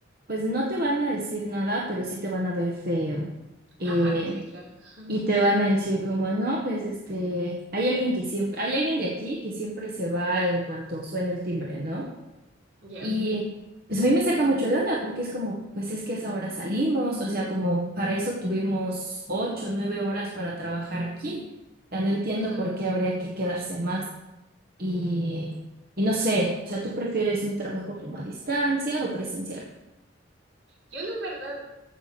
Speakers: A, on the right; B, on the right.
A: pues no te van a decir nada, pero sí te van a ver feo. Eh,
B: Ajá, sí, claro. <laughs>
A: y te van a decir como, no, pues este, hay alguien que siempre, hay alguien de aquí que siempre se va en cuanto suena el timbre, ¿no?
B: Ya,
A: Y pues a mí me saca mucho de onda porque es como, pues es que a esa hora salimos, o sea, como para eso tuvimos ocho, nueve horas para trabajar aquí. O sea, no entiendo
B: claro.
A: por qué habría que quedarse más. Y, y no sé, o sea, ¿tú prefieres un trabajo como a distancia o presencial?
B: Yo la verdad